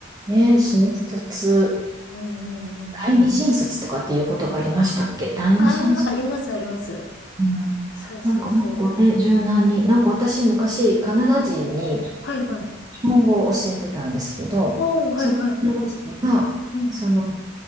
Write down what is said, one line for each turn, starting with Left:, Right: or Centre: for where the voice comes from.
Right: ね、新卒、
Left: うんうんうん。
Right: 第二新卒とかっていう言葉ありましたっけ第二新卒。
Left: ああ、ありますあります。
Right: うん、
Left: そうそうそう。
Right: なんかもっとね、柔軟に、なんか私昔カナダ人に
Left: はいはい。
Right: 日本語を教えてたんですけど、
Left: おー、はいはいはい。
Right: そのカナダ人が、
Left: うん、
Right: その